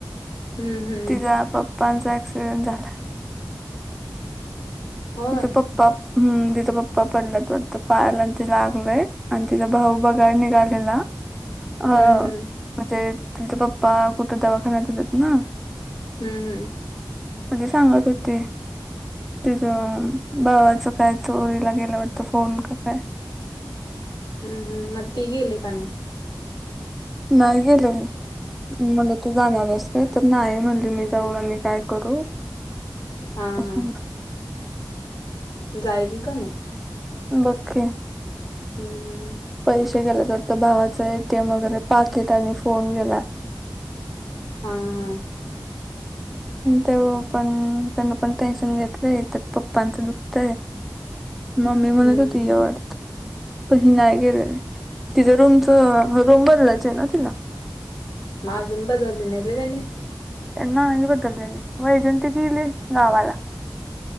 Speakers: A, on the left; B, in the centre.
A: हम्म हम.
B: तिचा पप्पांचा ॲक्सिडेंट झाला.
A: होय
B: तिचां प् ह तिचा पप्पा पडलात पडत पाहाला आणि ति लागलय आणि तिचा भाऊ बघाय निघालेला.
A: <inaudible>
B: अ
A: हम्म
B: म्हणजे तिचा पप्पा कुठं दवाखान्यात आहेत ना.
A: हम्म हम्.
B: म्हणजे सांगत होते. बावाचं काय चोरीला गेला वाटतं फोन का काय?
A: हम्म हम् मग ती गेले का नाही.
B: नाहीय गलेली. म्हटलं तू जाणारस का तर नाही म्हणले मी जाऊन आणि काय करू.
A: हा
B: असं
A: हा.
B: म्हणलं.
A: जाईल का नाही.
B: बके
A: हम्म. हम्म
B: पैसे गेल्या तर तर भावाचा एटीएम वगैरे पाकिट आणि फोन गेला.
A: हा हा.
B: तेव पण त्यांना पण टेन्शन घेतलंय त्यात पप्पांचं दुखतय. मग मी म्हणत
A: हम्म
B: होती वाटत. पण ह नाही गेलेली तिच रूमच रूम बनलायच आहे ना तिला
A: मा अजून बदलली नाही <unintelligible> त्यांनी.
B: नाही बदललेल. वैजंती गीली, गावाला.